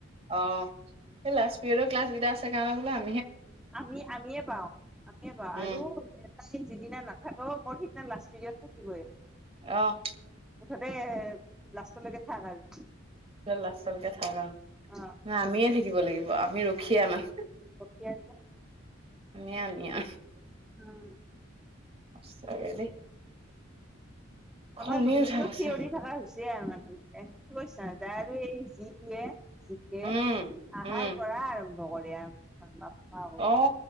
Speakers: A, on the right; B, in the centre.
A: অ হে লাষ্ট ইয়ৰ ক্লাছ কেইটা আছে কাৰণে বোলে আ
B: আমি আমিয়ে পাওঁ আমিয়ে পাওঁ
A: উম
B: আৰু তাই যিদিনা নাথাকে ত মোৰ সেইদিনা লাষ্ট পিৰিয়ড থাকিবই।
A: আহ
B: মুঠতে লাষ্টলৈকে থাক আৰু
A: লাষ্টলৈকে থাক আৰু ন
B: অ
A: আমিয়ে থাকিব লাগিব আমি ৰখিয়া মানে,
B: কি আঞ্জা
A: নিয়া নিয়া
B: উম
A: সঁচা কে দেই খঙে
B: আমাৰ মমটোতো
A: উঠা হৈছে
B: থেঞৰি থকা হৈছে আৰু মান কছ ত আৰু এই যিটোৱে <unintelligible> জিকে
A: উম
B: আহাৰ
A: উম
B: পৰা আৰম্ভ কৰে আৰু ঔ
A: অ